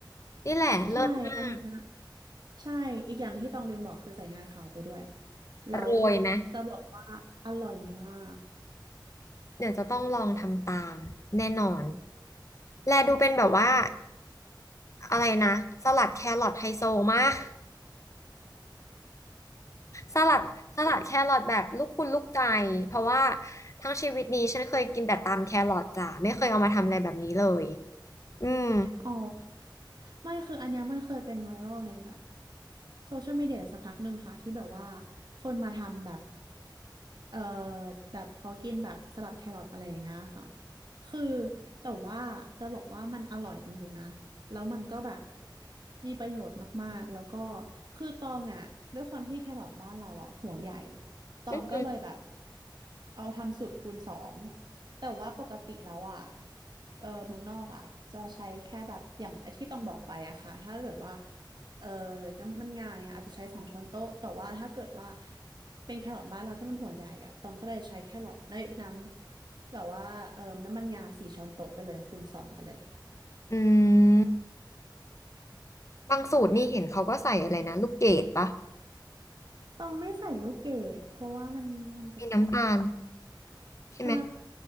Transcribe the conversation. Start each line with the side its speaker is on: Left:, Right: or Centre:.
Left: นี่แหละเลิศมาก
Right: ใช่ อันเนี้ยใช่ อีกอย่างหนึงที่ต้องลืมบอกคือใส่งาขาวไปด้วย แล้ว
Left: โรยไหม
Right: จะบอกว่าอร่อยมาก
Left: เดี๋ยวจะต้องลองทำตามแน่นอน แลดูเป็นแบบว่าอะไรนะสลัดแครอทไฮโซมากสลัดสลัดแครอทแบบลูกคุณลูกใจเพราะว่าทั้งชีวิตนี้ฉันเคยกินแต่ตามแครอทจ้ะไม่เคยเอามาทำอะไรแบบนี้เลยอืม
Right: อ๋อ ไม่ คืออันเนี้ยมันเคยเป็นไวรัลในแบบ โซเชียลมีเดียสักพักหนึ่งค่ะที่แบบว่าคนมาทำแบบเอ่อแบบเขากินแบบสลัดแครอทอะไรอย่างเงี้ยค่ะคือแต่ว่าจะบอกว่ามันอร่อยจริงๆนะแล้วมันก็แบบมีประโยชน์มากๆแล้วก็คือตองอ่ะด้วยความที่แครอทบ้านเราอ่ะหัวใหญ่ตองก็เลยแบบ
Left: อืม
Right: เอาทำสูตรคูณสองแต่ว่าปกติแล้วอ่ะเออเมืองนอกอ่ะจะใช้แค่แบบอย่างไอ้ที่ต้องบอกไปอะค่ะถ้าเกิดว่า เอ่อน้ำมันงาย่ะอาจจะใช้สองช้อนโต๊ะแต่ว่าถ้าเกิดว่าเป็นแครอทบ้านเราที่มันหัวใหญ่อะตองก็เลยใช้แครอทในน้ำแบบว่าเอ่อน้ำมันงาสี่ช้อนโต๊ะไปเลยคูณสองไปเลย
Left: อืม บางสูตรนี่เห็นเขาก็ใส่อะไรนะลูกเกดปะ
Right: ตองไม่ใส่ลูกเกดเพราะว่ามันมันแปลกๆอ่ะ
Left: มีน้ำตาลใช่ไหม
Right: ใช่